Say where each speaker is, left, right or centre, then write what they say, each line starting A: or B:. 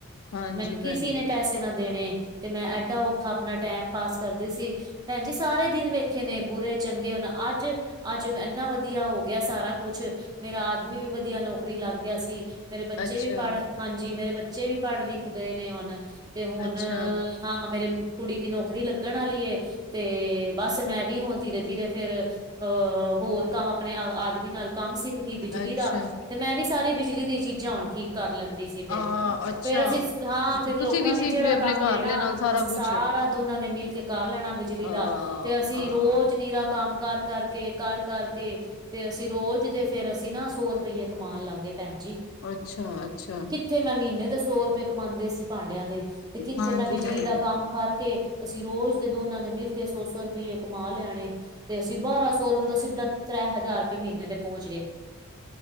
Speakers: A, on the left (about 70°); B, on the right (about 15°).
A: ਹਾਂਜੀ
B: ਮੈਨੂੰ
A: ਭੈਣ
B: ਕਿਸੇ
A: ਜੀ
B: ਨੇ ਪੈਸੇ ਨਾ ਦੇਣੇ। ਤੇ ਮੈਂ ਐਡਾ ਔਖਾ ਆਪਣਾ ਟੈਮ ਪਾਸ ਕਰਦੀ ਸੀ। ਭੈਣ ਜੀ ਸਾਰੇ ਦਿਨ ਵੇਖੇ ਨੇ ਬੁਰੇ ਚੰਗੇ ਹੁਣ ਅੱਜ-ਅੱਜ ਇੰਨਾ ਵ ਵਧੀਆ ਹੋ ਗਿਆ ਸਾਰਾ ਕੁਛ, ਮੇਰਾ ਆਦਮੀ ਵੀ ਵਧੀਆ ਨੌਕਰੀ ਲੱਗ ਗਿਆ ਸੀ ਮੇਰੇ ਬੱਚੇ
A: ਅੱਛਾ,
B: ਵੀ ਪੜ੍ਹ ਹਾਂਜੀ ਮੇਰੇ ਬੱਚੇ ਵੀ ਪੜ੍ਹ ਲਿਖ ਗਏ ਨੇ ਹੁਣ, ਤੇ ਹੁਣ
A: ਅੱਛਾ,
B: ਹਾਂ ਮੇਰੇ ਕੁੜੀ ਦੀ ਨੌਕਰੀ ਲੱਗਣ ਆਲੀ ਐ। ਤੇ ਬਸ ਮੈਂ ਵੀ ਹੁਣ ਧੀਰੇ-ਧੀਰੇ ਫੇਰ ਅਹ ਹੋਰ ਕ ਆਪਣੇ ਆਦਮੀ ਨਾਲ ਕੰਮ ਸਿੱਖ ਗਈ ਬਿਜਲੀ
A: ਅੱਛਾ
B: ਦਾ, ਤੇ ਮੈਂ ਵੀ ਸਾਰੀ ਬਿਜਲੀ ਦੀ ਚੀਜ਼ਾਂ ਹੁਣ ਠੀਕ ਕਰ ਲੈਂਦੀ ਸੀ। ਫਿਰ,
A: ਆ ਅੱਛਾ।
B: ਫੇਰ ਅਸੀਂ ਹਾਂ
A: ਅੱਛਾ
B: ਫੇਰ
A: ਤੁਸੀਂ
B: ਲੋਕਾਂ
A: ਵੀ ਸਿੱਖ
B: ਨੇ ਜਿਹੜਾ
A: ਗਏ ਆਪਣੇ
B: ਕੰਮ
A: ਘਰਲੇ
B: ਦੇਣਾ
A: ਨਾਲ
B: ਅਸੀਂ ਸਾਰਾ
A: ਕੁਛ
B: ਦੋਨਾਂ ਦੇ ਮਿਲ ਕੇ ਕਰ ਲੈਣਾ ਬਿਜਲੀ
A: ਆ
B: ਦਾ, ਤੇ ਅਸੀਂ
A: ਆ
B: ਰੋਜ਼ ਨੀਰਾ ਕੰਮ ਕਰ ਕਰਕੇ ਕੇ ਕਰ ਕਰਕੇ, ਤੇ ਅਸੀਂ ਰੋਜ਼ ਤੇ ਫੇਰ ਅਸੀਂ ਨਾ ਸੌ ਰੁਪਈਏ ਕਮਾਣ ਲੱਗ ਗਏ ਭੈਣ ਜੀ
A: ਅੱਛਾ-ਅੱਛਾ
B: ਫੇਰ ਮੈਂ ਮਹੀਨੇ ਦੇ ਸੌ ਰੁਪਏ ਕਮਾਦੀ ਸੀ ਭਾਂਡਿਆਂ ਦੇ ਤੇ ਕਿੱਥੇ
A: ਹਾਂਜੀ
B: ਮੈਂ ਬਿਜਲੀ
A: ਭੈਣ
B: ਦਾ
A: ਜੀ।
B: ਕੰਮ ਕਰਕੇ ਅਸੀਂ ਰੋਜ਼ ਦੇ ਦੋਨਾਂ ਨੇ ਮਿਲ ਕੇ ਸੌ-ਸੌ ਰੁਪਈਏ ਕਮਾ ਲਿਆਣੇ ਤੇ ਅਸੀਂ ਬਾਰਾਂ ਸੌ ਰੁਪਏ ਤਾਂ ਸਿੱਧਾ ਤ੍ਰੈ ਹਜ਼ਾਰ ਰੁਪਏ ਮਹੀਨੇ ਤੇ ਪਹੁੰਚ ਗਏ,